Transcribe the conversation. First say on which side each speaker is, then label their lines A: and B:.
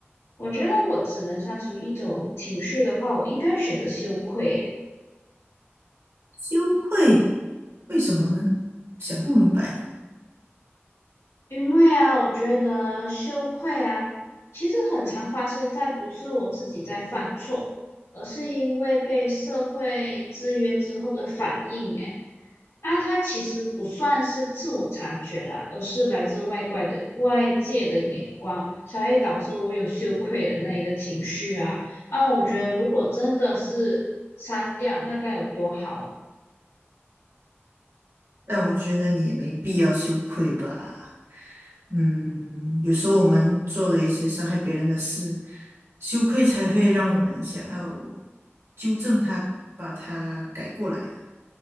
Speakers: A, on the left; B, on the right.
A: 我觉得我只能删除一种情绪的话，我应该选择羞愧耶。
B: 羞愧，为什么呢？想不明白呢。
A: 因为啊，我觉得羞愧啊，其实很常发生在不是我自己在犯错，而是因为被社会制约之后的反应。诶，啊，它其实不算是自我察觉啦，而是来自外怪的外界的眼光，才会导致我有羞愧的那一个情绪啊。啊，我觉得如果真的是删掉，那该有多好啊！
B: 但我觉得你也没必要羞愧吧。嗯，有时候我们做的一些伤害别人的事，羞愧才会让我们想要纠正他，把他改过来呀、